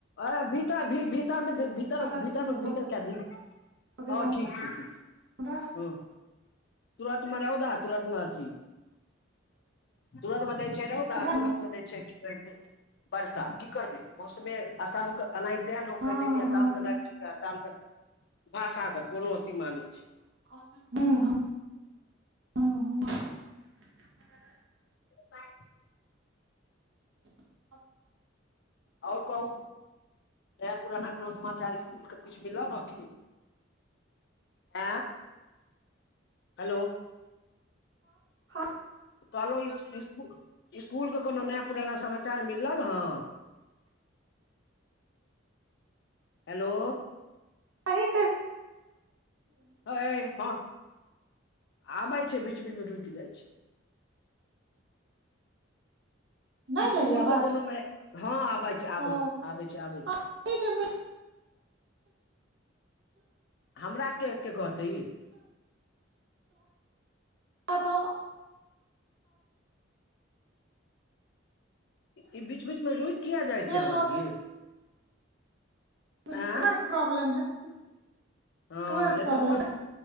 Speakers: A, on the left (about 60°); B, on the right (about 65°).
A: अ भीता भी भीता मे भर
B: दर्द
A: भीतर
B: शुरू भऽ
A: भीतर कऽ दी
B: गेल
A: ओ ठीक छै ठीक छै
B: हमरा
A: ह तुरत मे रहौ द तुरत मे छी तुरत मध रहौ त
B: उएह
A: तुरत
B: ने
A: म छै कि कहै छै वर्षा की करबै मौसमे आसाम के एनाहि ते लोक
B: हँ
A: कहै छै कि आसाम
B: हँ
A: के लड़की के आसाम के भाषा के कोनो असीमा नहि छै।
B: ह ह ह
A: बाय।
B: <inaudible>
A: आर कहू ना पुराना कोनो समाचार इसकुल के मिलल ने की ह हेलो
B: आ।
A: कहलहु इसकुलके कोनो नया पुराना समाचार मिलल हँ
B: <inaudible>
A: हेलो।
B: अहि
A: अहि मे आबैय छैय बीच बीच मे रुकि जाय छै
B: नहि
A: इसकूल
B: जाइय आवाज
A: के कोनो ह आबे छै आबे
B: ओ
A: छै आबे छै आबे छै
B: <unintelligible>
A: हमरा के कहतै ई
B: त त
A: इ बीच बीच मे रुकि किये जाय
B: गेल
A: छै आवाज
B: रहथिन
A: य
B: नेटवर्क
A: आँ
B: प्रॉब्लेम है
A: हँ
B: नेटवर्क
A: नहि
B: प्रॉब्लम
A: तऽ हमर